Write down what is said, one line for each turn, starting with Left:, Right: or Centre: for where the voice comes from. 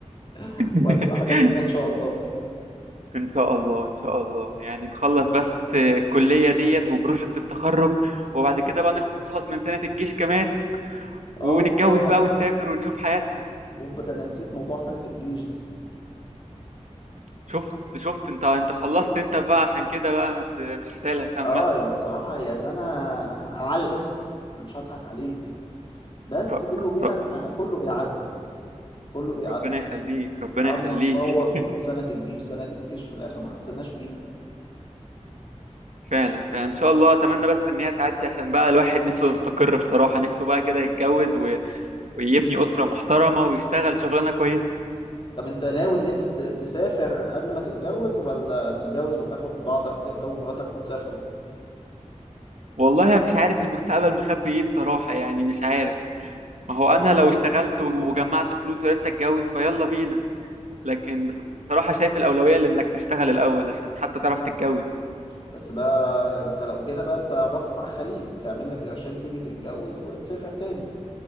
Left: <laughs>
Right: <laughs>
Left: وهتبقى حاجة كبيرة ان شاء الله
Right: ان شاء الله ان شاء الله يعني نخلص بس الكلية ديت وبروجكت التخرج وبعد كده بقى نخلص من سنة الجيش كمان ونتجوز
Left: اوبا
Right: بقى ونسافر ونشوف حياتنا
Left: اوبا ده انا نسيت موضوع سنة الجيش دي
Right: شفت شفت انت انت خلصت انت بقى عشان كده بقى مش مش شايل همها
Left: اه يا بصراحة هي سنة علقة انا مش هضحك عليك بس
Right: ر-
Left: بيني وبينك
Right: ر-
Left: ه- كله بيعدي كله بيعدي
Right: ربنا يخليك ربنا
Left: قعدنا
Right: يخليك
Left: نصوت
Right: <laughs>
Left: ونقول سنة الجيش سنة الجيش في الآخر ما حسيناش بيها
Right: فعلا فعلا ان شاء الله اتمنى بس ان هي تعدي عشان بقى الواحد نفسه يستقر بصراحة نفسه بقى كده يتجوز و... ويبني أسرة محترمة ويشتغل شغلانة كويسة
Left: طب أنت ناوي إن أنت ت- تسافر قبل ما تتجوز ولا تتجوز وتاخد بعضك أنت ومراتك وتسافروا
Right: والله أنا مش عارف المستقبل مخبي ايه بصراحة يعني مش عارف ما هو انا لو اشتغلت و- وجمعت فلوس وعرفت اتجوز فيلا بينا لكن بصراحة شايف الأولوية لانك تشتغل الأول عشان حتى تعرف تتجوز
Left: بس بقى أنت لو كده بقى أنت باصص على الخليج تعمل لك قرشين تيجي تتجوز وتسافر تاني